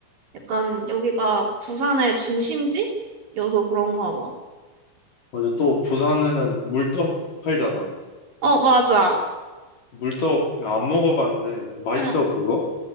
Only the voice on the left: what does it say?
맞아. 또 부산에는 물떡 팔잖아.
물떡 안 먹어봤는데 맛있어
그거?